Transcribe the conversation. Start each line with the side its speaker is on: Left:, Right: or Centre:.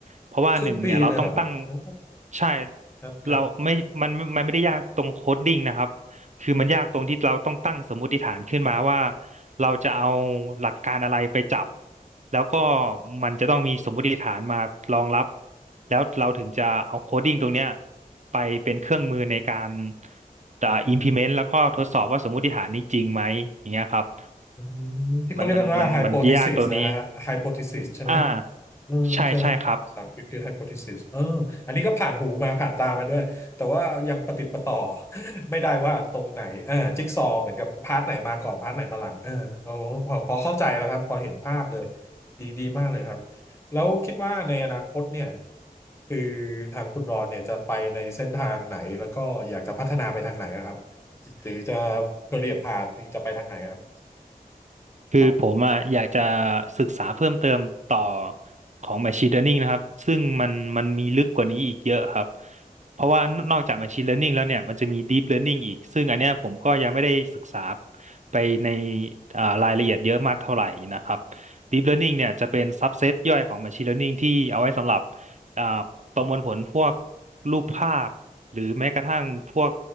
Right: เพราะว่าหนึ่งเนี่ยเราต้องตั้ง
Left: ครึ่งปีเลยเหรอครับโอ้
Right: ใช่
Left: ครับครับ
Right: เราไม่มันมันไม่ได้ยากตรงโคดดิ้งนะครับ คือมันยากตรงที่เราต้องตั้งสมมติฐานขึ้นมาว่าเราจะเอาหลักการอะไรไปจับแล้วก็มันจะต้องมีสมมติฐานมารองรับแล้วเราถึงจะเอาโคดดิ้งตรงเนี้ยไปเป็นเครื่องมือในการอ่า implement แล้วก็ทดสอบว่าสมมติฐานนี้จริงไหมอย่างเงี้ยครับ
Left: อืมที่เขาเรียกกันว่า
Right: มันมันมันมันยากตัวนี้
Left: hypothesis นะฮะ hypothesis ใช่ไหม
Right: อ่า
Left: อืมใช่ไหมภาษาอังกฤษคือ
Right: ใช่ใช่ครับ
Left: hypothesis เอออันนี้ก็ผ่านหูมาผ่านตามาด้วย แต่ว่ายังประติดประต่อ <laughs> ไม่ได้ว่าตรงไหนเออจิ๊กซอว์เหมือนกับพาร์ทไหนมาก่อนพาร์ทไหนมาหลังเออโอ้พอพอเข้าใจแล้วครับ พอเห็นภาพเลยดีดีมากเลยครับ แล้วคิดว่าในอนาคตเนี่ยคือทางคุณรอนเนี่ยจะไปในเส้นทางไหนแล้วก็อยากจะพัฒนาไปทางไหนอะครับ หรือจะเปลี่ยนพาสจะไปทางไหนอะครับ
Right: คือผมอ่ะอยากจะ
Left: ครับ
Right: ศึกษาเพิ่มเติมต่อของ Machine Learning นะครับซึ่งมันมันมีลึกกว่านี้อีกเยอะครับเพราะว่านอกจาก Machine Learning แล้วเนี่ยมันจะมี Deep Learning อีกซึ่งอันเนี้ยผมก็ยังไม่ได้ศึกษาไปในอ่ารายละเอียดเยอะมากเท่าไหร่นะครับ Deep Learning เนี่ยจะเป็น subset ย่อยของ Machine Learning ที่เอาไว้สำหรับอ่าประมวลผลพวกรูปภาพหรือแม้กระทั่งพวก